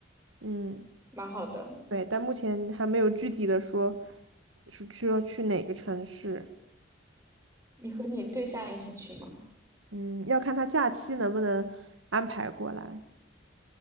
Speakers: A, on the right (about 85°); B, on the right (about 15°).
A: 嗯，
B: 蛮好的。
A: 对，但目前还没有具体的说是去要去哪个城市，
B: 你和你对象一起去吗？
A: 嗯，要看他假期能不能安排过来。